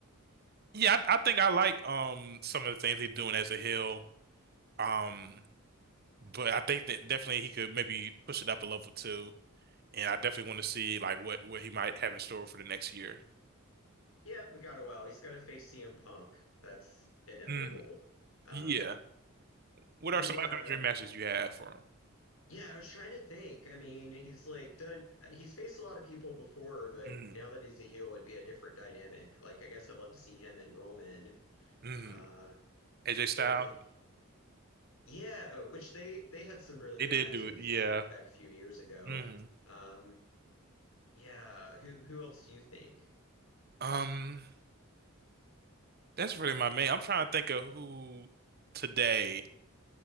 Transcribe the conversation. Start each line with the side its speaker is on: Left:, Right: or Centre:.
Right: yeah, I, I think I like um some of the things he's doing as a Hill. Um, but I think that definitely he could maybe push it up a level too, and I definitely want to see like what what he might have in store for the next year.
Left: yeah, we got a while. He's got to face CM Punk. That's inevitable.
Right: Mm,
Left: Um,
Right: yeah. What
Left: who
Right: are some
Left: uh
Right: other dream matches you have for
Left: yeah, I was trying to think. I mean, he's like done he's faced a lot of people before, but
Right: him?
Left: now that he's a heel it'd be a different dynamic. Like I guess I'd love to see him and Roman.
Right: Mm,
Left: Uh
Right: mm. AJ Styles.
Left: maybe yeah, which they they had some really
Right: They
Left: good
Right: did
Left: matches
Right: do it. Yeah.
Left: back a few years ago.
Right: hmm
Left: Um yeah, who who else do you think?
Right: Um, that's really my main. I'm trying to think of who today,